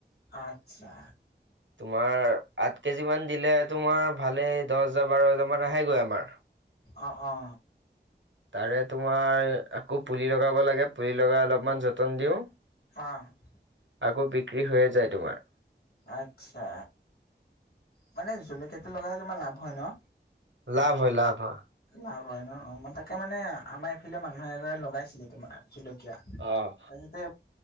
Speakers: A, on the left; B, on the right.
A: আচ্ছা।
B: তোমাৰ আঠ কেজি মান দিলে তোমাৰ ভালেই দহ হাজাৰ বাৰ হাজাৰ মান আহেগৈ আমাৰ।
A: অ', অ'।
B: তাৰে তোমাৰ আকৌ পুলি লগাব লাগে পুলি লগাই অলপমান যতন দিওঁ।
A: <unintelligible>
B: আকৌ বিক্ৰী হৈয়ে যায় তোমাৰ।
A: আচ্ছা মানে জলকীয়াটো লগালে তোমাৰ লাভ হয় ন?
B: লাভ হয়, লাভ হয়।
A: লাভ হয় ন? অ', তাকে মানে আমাৰ এইফালে মানুহে এজনে লগাইছিলে তোমাৰ জলকীয়া।
B: অ',
A: তাৰপিছতে